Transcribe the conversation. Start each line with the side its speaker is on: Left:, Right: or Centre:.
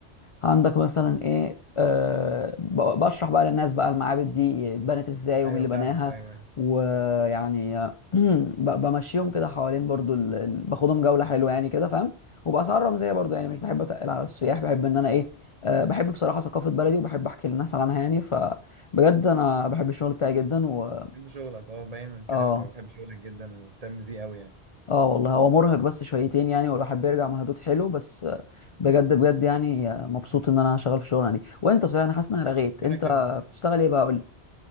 Left: عندك مثلا ايه أه ب- بشرح بقى للناس بقى المعابد دي اتبنت ازاي ومين
Right: ايوه
Left: اللي
Right: فاهمك
Left: بناها
Right: ايوه ايوه
Left: ويعني آه، <clears throat> ب- بمشيهم كده حوالين برضو ال... ال- باخدهم جولة حلوة يعني كده فاهم وبأسعار رمزية برضو يعني مش بحب اتقل على السياح بحب ان انا ايه أه بحب بصراحة ثقافة بلدي وبحب احكي للناس عنها يعني فبجد انا بحب الشغل بتاعي جدا و
Right: بحب شغلك اه باين من كلامك
Left: اه
Right: انا بتحب شغلك جدا ومهتم بيه قوي يعني
Left: اه والله هو مرهق بس شويتين يعني والواحد بيرجع مهدود حلو بس آه، بجد بجد يعني آه، مبسوط ان انا شغال في شغلنا دي وانت صحيح انا حاسس ان انا رغيت
Right: ربنا
Left: انت
Right: يكرمك
Left: بتشتغل ايه بقى قول لي